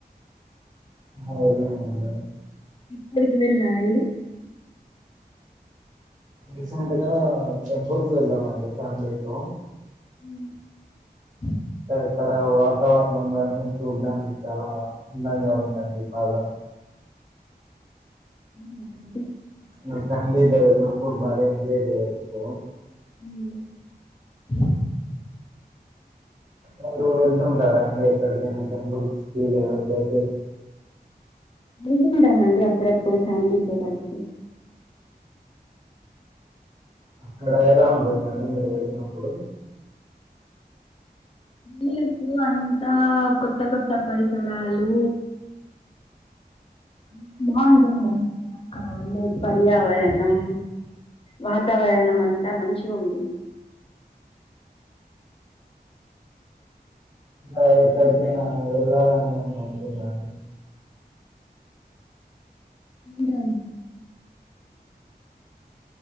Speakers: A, on the right; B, on the left.
A: ఆ వెళ్ళాం అండి
B: ఎక్కడికి వెళ్ళాారండి
A: రీసెంట్ గా టెంపుల్ కు వెళ్ళామండి ఫ్యామిలీతో
B: ఉ <unintelligible>
A: ఇక్కడ వాతావరణం కానీ, చూడ్డానికి చాలా అందంగా ఉందండి బాగా
B: ఉ
A: నా ఫ్యామిలీ ద నాప్పుడు బాగా ఎంజాయ్ చేయ ఇతే
B: హ <unintelligible>
A: మీరు వెళ్తుంటారా అండి ఎక్కడికైనా టెంపుల్స్ ఫీల్వో ప్లేసెస్
B: వెళితుంటమండి అప్పుడప్పుడు ఫ్యామిలీతో కలిసి
A: అక్కడ ఎలా ఉంటుందండి మీరు వెళ్ళినప్పుడు.
B: వెళ్ళనప్పుడు అంతా కొత్త కొత్త పరిసరాలు అ బాగుంటుంది. అక్కడ ఉండే పర్యావరణం వాతావరణం అంతా మంచిగా ఉంటుంది.
A: ఇ ఇక్కడిక నను వెళ్ళాలని నను అనుకున్నాం.
B: డన్